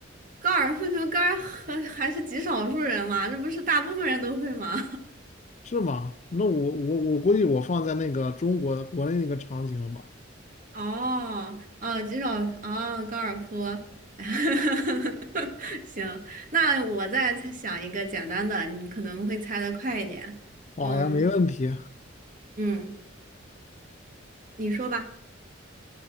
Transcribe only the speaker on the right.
高尔夫球杆儿很 <laughs> 还是极少数人嘛，这不是大部分人都会吗？
<laughs> 哦哦，极少哦，高尔夫，<laughs> 行，那我再猜想一个简单的，你可能会猜的快一点。
嗯
嗯，你说吧。